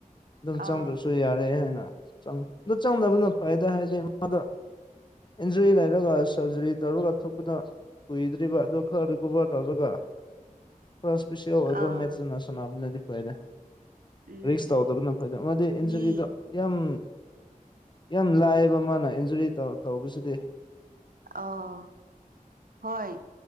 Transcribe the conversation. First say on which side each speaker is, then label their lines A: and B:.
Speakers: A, on the left; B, on the right.
A: ꯑꯗꯨꯝ
B: ꯑꯥ
A: ꯆꯪꯗ꯭ꯔꯁꯨ ꯌꯥꯔꯦ ꯍꯥꯏꯅ ꯆꯪ ꯑꯗꯨ ꯆꯪꯗꯕꯅ ꯐꯥꯏꯗ ꯍꯥꯏꯗꯤ ꯃꯥꯗ ꯏꯟꯖꯔꯤ ꯂꯩꯔꯒ ꯁꯔꯖꯔꯤ ꯇꯧꯔꯒ ꯊꯣꯛꯄꯗ ꯀꯨꯏꯗ꯭ꯔꯤꯕ ꯑꯗꯨ ꯈꯔ ꯔꯤꯀꯣꯕꯔ ꯇꯧꯔꯒ ꯄꯁꯤ ꯑꯣꯏꯕ
B: ꯑꯥ
A: ꯃꯦꯖꯅ ꯁꯅꯕꯅꯗꯤ ꯐꯥꯏꯗꯦ
B: ꯎꯝ
A: ꯔꯤꯛꯁ
B: ꯎꯝ
A: ꯇꯧꯗꯕꯅ ꯐꯩꯗ ꯃꯥꯗꯤ ꯏꯟꯖꯨꯔꯤꯗꯣ
B: ꯃꯤ
A: ꯌꯥꯝ ꯌꯥꯝ ꯂꯥꯏꯑꯕ ꯃꯥꯅ ꯏꯟꯖꯨꯔꯤ ꯇꯧꯕꯁꯨꯗꯤ
B: ꯑꯥ ꯍꯣꯏ